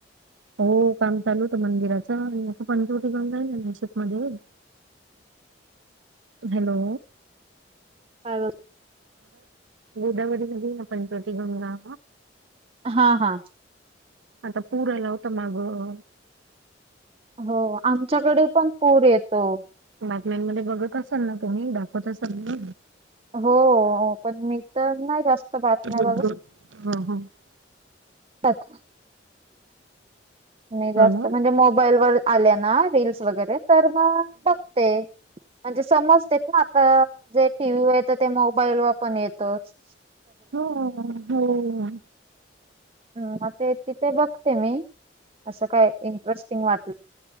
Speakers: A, on the right (about 85°); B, on the right (about 30°).
A: हो काम चालू होतं मंदिराच, आणि आता पंचवटी जाऊन जाल ना नाशिक मध्ये, हॅलो.
B: काय कर,
A: गोदावरी मधे पंचवटी गंगा,
B: हा हा..
A: आता पुर आला होता मागं.
B: हो, आमच्याकडे पण पूर येतो.
A: बातम्यांमध्ये बघत असाल ना तुम्ही, दाखवत असाल ना.
B: हो, पण मी तर नाही जास्त. बातम्या
A: <unintelligible>
B: पाक. मी जास्त
A: हो ना
B: म्हणजे मोबाईल वर आले ना रील्स वगैरे तर मग बघते. म्हणजे समजते ना, आता जे टी व्ही वर येत ते मोबाईल व पण येतच.
A: हो हो.
B: ह म ते तिथे बघते मी, असं काय इंटरेस्टिंग वाटलं